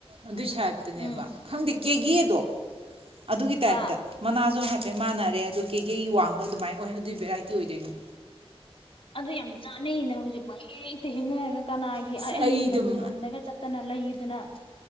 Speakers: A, on the right; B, on the left.
A: ꯑꯗꯨꯏ ꯁꯌꯦꯞꯇꯨꯅꯦꯕ
B: ꯎꯝ
A: ꯈꯪꯗꯦ꯫ ꯀꯦꯒꯦꯗꯣ꯫ ꯑꯗꯨꯒꯤ ꯇꯥꯏꯞꯇ
B: ꯑꯥ
A: ꯃꯅꯥꯖꯨ ꯍꯥꯏꯞ ꯍꯥꯏꯐꯦꯠ ꯃꯥꯟꯅꯔꯦ ꯑꯗꯣ ꯀꯦꯒꯦꯒꯤ ꯋꯥꯡꯕ ꯑꯗꯨꯃꯥꯏ ꯑꯣꯏ ꯑꯗꯨꯒꯤ ꯚꯦꯔꯥꯏꯇꯤ ꯑꯣꯏꯗꯣꯏꯅꯤ꯫
B: ꯑꯗꯨ ꯌꯥꯝ ꯆꯥꯅꯩꯅꯦ ꯍꯧꯖꯤꯛ ꯄꯪ ꯍꯦꯛꯇ ꯍꯦꯛꯅꯔꯒ ꯀꯅꯥꯒꯤ
A: ꯑꯁ
B: ꯑꯩ
A: ꯑꯗꯨꯝ
B: ꯈꯨꯃꯟꯗꯒ ꯆꯠꯇꯅ ꯂꯩ ꯑꯗꯨꯅ